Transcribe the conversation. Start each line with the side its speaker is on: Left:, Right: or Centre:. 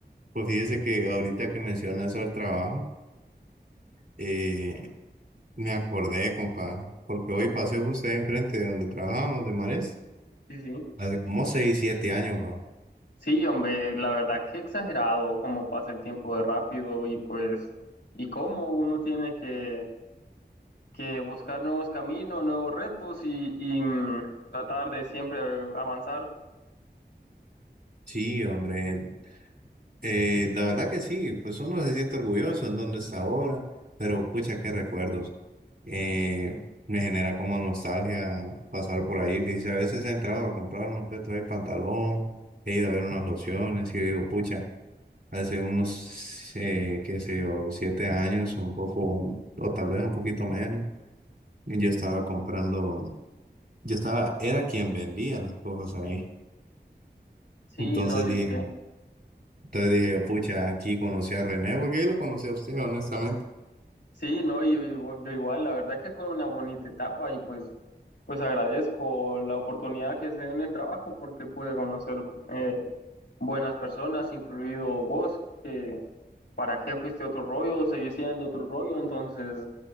Right: pues fíjese que ahorita que menciona eso del trabajo, eh, me acordé, compa, porque hoy pasé justo ahí enfrente de donde trabajábamos, de Mares,
Left: Sí, sí.
Right: hace como seis, siete años, va.
Left: Sí, hombre, la verdad que exagerado cómo pasa el tiempo de rápido y pues, y cómo uno tiene que que buscar nuevos caminos, nuevos retos y, y, mm, tratar de siempre avanzar.
Right: Sí, hombre. Eh, la verdad que sí, pues uno se siente orgulloso en dónde está ahora, pero pucha, qué recuerdos. Eh, me genera como nostalgia pasar por ahí. Fíjese, a veces he entrado a comprar uno que otro ahí pantalón, he ido a ver unas lociones y digo, pucha, hace unos, eh, qué sé yo, siete años, un poco, o tal vez un poquito menos, yo estaba comprando, yo estaba, era quien vendía las cosas ahí.
Left: Sí,
Right: Entonces
Left: no, yo
Right: dije,
Left: sé.
Right: Entonces dije yo, pucha, aquí conocí a René, porque yo lo conocí a usted, honestamente.
Left: Sí, no, yo, igu- yo igual. La verdad que fue una bonita etapa y pues, pues agradezco la oportunidad que se dio en el trabajo porque pude conocer eh, buenas personas, incluido vos, que para qué fuiste otro rollo, seguí siendo otro rollo, entonces